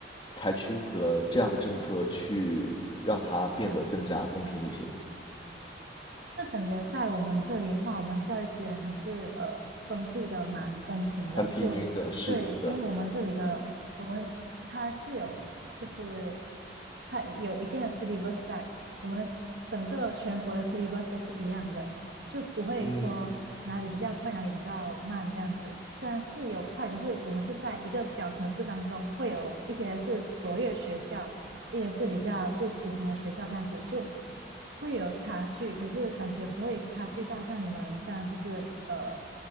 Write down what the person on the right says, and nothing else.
那感觉在我们这里的话，我们教育资源还是呃分布的蛮公平的。
就对，
因为我们这里的我们它是有，就是它有一定的 syllabus 在，我们的整个全国的 syllabus 都是一样的，就不会说哪里比较快，
哪里比较慢这样子。虽然是有快，可是我们是在一个小城市当中，会有一些是卓越学校，也是比较就普通的学校这样子，就会有差距，可是感觉不会差距到像你们这样，就是呃